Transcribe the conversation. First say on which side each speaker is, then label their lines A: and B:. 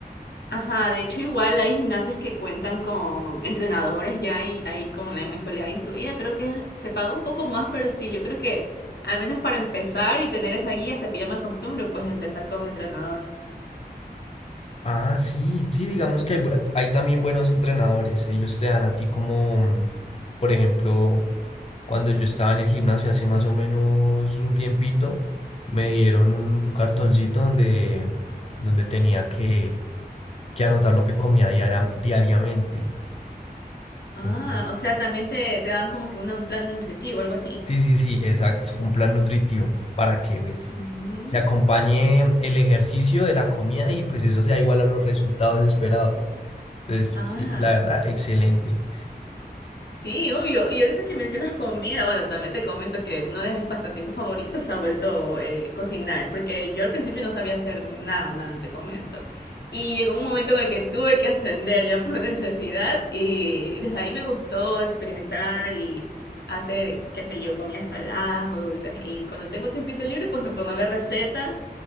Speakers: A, on the left (about 90°); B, on the left (about 40°).
A: ajá, de hecho igual hay gimnasios que cuentan con entrenadores ya ahí, ahí con la mensualidad incluida. Creo que se paga un poco más, pero sí, yo creo que al menos para empezar y tener esa guía hasta que ya me acostumbro, pues empezar con entrenador.
B: Ah, sí, sí, digamos que hay, bu- hay también buenos entrenadores. Ellos te dan a ti como, mm, por ejemplo, cuando yo estaba en el gimnasio hace más o menos un tiempito, me dieron un, un cartoncito donde, donde tenía que, que anotar lo que comía diaria- diariamente.
A: Ah,
B: Entonces,
A: o sea, también te, te dan como que una- un plan nutritivo, algo así.
B: Sí, sí, sí, exacto, un plan nutritivo para que ves
A: Mm,
B: se acompañe el ejercicio de la comida y pues eso sea igual a los resultados esperados. Entonces,
A: ah,
B: sí, la verdad, excelente.
A: Sí, obvio. Y ahorita que mencionas comida, bueno, también te comento que uno de mis pasatiempos favoritos se ha vuelto eh, cocinar, porque yo al principio no sabía hacer nada, nada, te comento. Y llegó un momento en el que tuve que aprender ya por <laughs> necesidad y desde ahí me gustó experimentar y hacer, qué sé yo, comidas saladas o dulces. Y cuando tengo tiempito libre, pues me pongo a ver recetas